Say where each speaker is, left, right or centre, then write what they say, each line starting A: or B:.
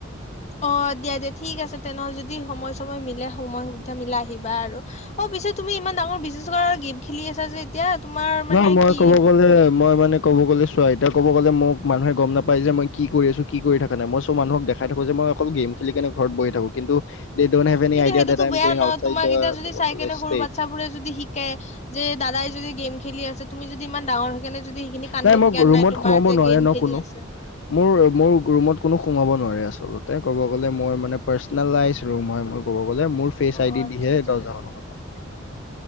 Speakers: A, on the left (about 35°); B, on the left (about 65°).
A: অ দিয়া দিয়া ঠিক আছে, তেনেহলে যদি সময় চয় মিলে সময় পিঠা মিলা আহিবা আৰু অ পিছে তুমি ইমান ডাঙৰ বিগনেছ কৰা গেম খেলি আছা যে এতিয়া তোমাৰ মানে
B: নহ মই
A: কি
B: ক'ব গ'লে মই মানে ক'ব গ'লে চোৱা এতিয়া ক'ব গলে মানুহে গম নাপায় যে মই কি কৰি আছো কি কৰি থকা নাই মই চ' মানুহক দেখাই থাকো যে মই অকল গেম খেলি কেনে ঘৰত বহি থাকো। কিন্তু দে ড'ন্ট হেভ এনি
A: কিন্তু
B: আইডিয়া
A: সেইটোতো
B: দেট আই এম
A: বেয়া
B: গ'য়িং
A: নহ
B: আউটচাইড
A: তোমাক
B: দা
A: এতিয়া যদি
B: ক'ব
A: চাই
B: গ'লে
A: কেনে
B: ষ্টেট।
A: সৰু বাচ্ছ বোৰে যদি শিকে। যে দাদাই যদি গেম খেলি আছে তুমি যদি ইমান ডাঙৰ সেইকাৰণে যদি সেইখিনি কাণ্ড
B: নাই মোক
A: জ্ঞান
B: ৰুমত
A: নাই তোমাৰ
B: সোমাব
A: যে
B: নোৱাৰে
A: গেম
B: ন
A: খেলি
B: কোনো।
A: আছে।
B: মোৰ মোৰ ৰুমত কোনো সোমাব নোৱাৰে আচলতে ক'ব গলে মই মে পাৰ্চনেলাইজ ৰুম হয়। ক'ব গ'লে মোৰ ফেচ
A: অ
B: আই ডি
A: আচ্ছা
B: দিহে
A: আচ্ছা
B: দহ হাজা মান সোমাব।